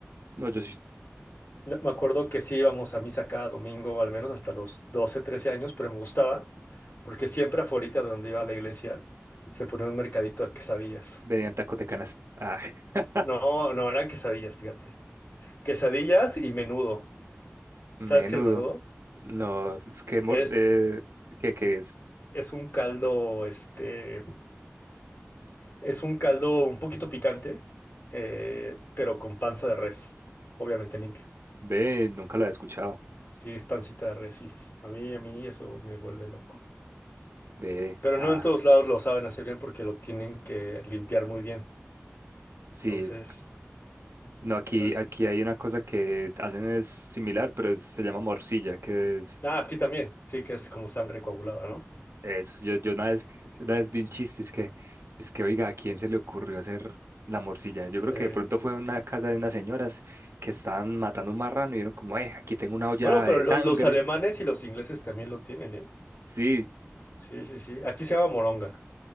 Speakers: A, on the right (about 65°); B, on the left (about 50°).
A: No, yo sí.
B: Me me acuerdo que sí íbamos a misa cada domingo, al menos hasta los 12, 13 años, pero me gustaba porque siempre afuera de donde iba a la iglesia se ponía un mercadito de quesadillas.
A: Venían tacos de canasta. Ah, <laughs>
B: No, no eran quesadillas, fíjate. Quesadillas y menudo.
A: menudo.
B: ¿Sabes qué es el menudo?
A: No, es que, mor-
B: Es,
A: eh, ¿qué, qué es?
B: es un caldo, este, es un caldo un poquito picante, eh, pero con panza de res, obviamente limpia.
A: Ve, nunca lo había escuchado.
B: Sí, es pancita de res y f- a mí, a mí eso me vuelve loco.
A: Ve,
B: Pero
A: ah,
B: no en todos lados lo saben hacer bien porque lo tienen que limpiar muy bien.
A: sí,
B: Entonces,
A: es No, aquí,
B: pero es...
A: aquí hay una cosa que hacen es similar, pero es- se llama morcilla, que es
B: Ah, aquí también, sí que es como sangre coagulada, ¿no?
A: eso. Yo, yo una vez,
B: Sí.
A: una vez vi un chiste, es que, es que, oiga, ¿a quién se le ocurrió hacer la morcilla? Yo creo
B: Sí.
A: que de pronto fue una casa de unas señoras que estaban matando un marrano y vieron como, eh, aquí tengo una olla
B: Bueno, pero
A: de
B: los,
A: sangre.
B: los alemanes y los ingleses también lo tienen, ¿eh?
A: Sí.
B: Sí, sí, sí. Aquí se llama moronga.